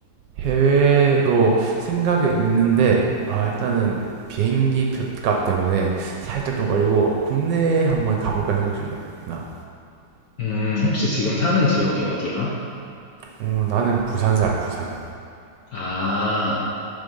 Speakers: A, on the right (about 70°); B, on the left (about 65°).
A: 해외도 생각이 있는데, 아, 일단은 비행기 표값 때문에 살짝 좀 걸리고, 국내에 한번 가볼까 생각 중이야. 나.
B: 음, 혹시 지금 사는 지역이 어디야?
A: 어, 나는 부산 살아, 부산.
B: 아,